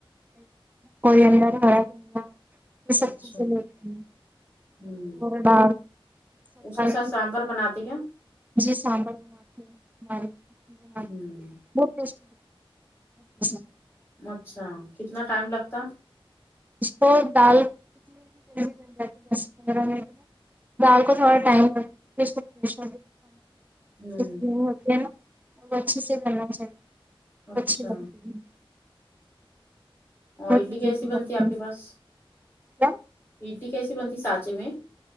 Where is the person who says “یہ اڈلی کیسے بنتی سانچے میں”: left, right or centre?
Left